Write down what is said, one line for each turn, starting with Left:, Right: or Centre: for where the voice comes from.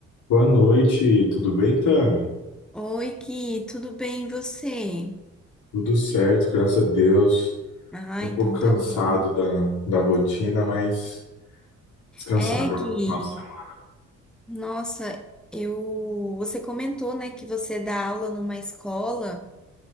Left: Boa noite, tudo bem, Tami?
Centre: Oi, Gui, tudo bem e você?
Left: Tudo certo, graças a Deus.
Centre: Ah,
Left: Tô um
Centre: então
Left: pouco cansado
Centre: tá bom.
Left: da, da rotina, mas descansar
Centre: É,
Left: agora
Centre: Gui,
Left: no final de semana.
Centre: nossa, eu, você comentou, né, que você dá aula numa escola